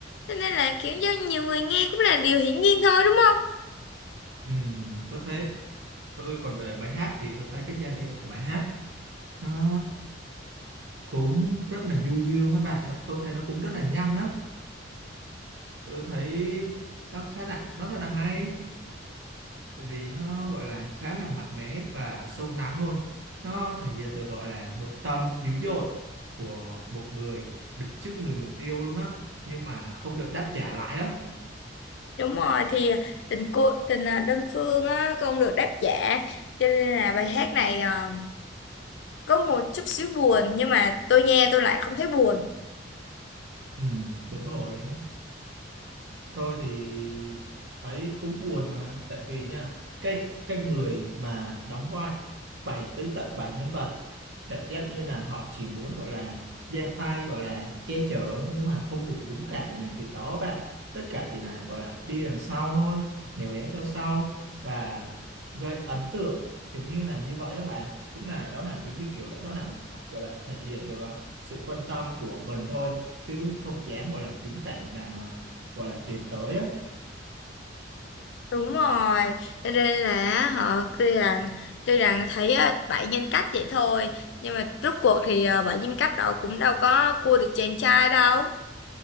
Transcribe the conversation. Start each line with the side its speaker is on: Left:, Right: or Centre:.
Left: Cho nên là khiến cho nhiều người nghe cũng là điều hiển nhiên thôi đúng không?
Right: Ừm, tôi thấy tôi còn về bài hát thì tôi thấy cái giai điệu của bài hát nó cũng rất là du dương các bạn Nó- tôi thấy nó cũng rất là nhanh đó. tôi thấy nó khá là nó rất là hay bởi vì nó gọi là khá là mạnh mẽ và sâu lắng luôn nó thể hiện được gọi là nội tâm dữ dội của một người đứng trước người mình yêu luôn á nhưng mà không được đáp trả lại á
Left: Đúng rồi thì à, tình cô tình à, đơn phương á không được đáp trả cho nên là bài hát này à, có một chút xíu buồn nhưng mà tôi nghe tôi lại không thấy buồn
Right: ừ, đúng rồi tôi thì thấy cũng buồn mà tại vì nha cái cái người mà đóng vai bảy tới tận bảy nhân vật cảm giác như là họ chỉ muốn gọi là ra tay gọi là che chở nhưng mà không đủ dũng cảm để làm việc đó bạn tất cả chỉ là gọi là đi đằng sau thôi nèo đéo theo sau và gây ấn tượng giống như là như vậy các bạn cũng là đó là giống như kiểu là đó là một cách gọi là thể hiện được ờ, sự quan tâm của mình thôi chứ không dám gọi là dũng cảm làm gọi là tiến tới á
Left: đúng rồi cho nên là họ tuy rằng tuy rằng thấy à, bảy nhân cách vậy thôi nhưng mà rốt cuộc thì à, bảy nhân cách đó cũng đâu có cua được chàng trai đâu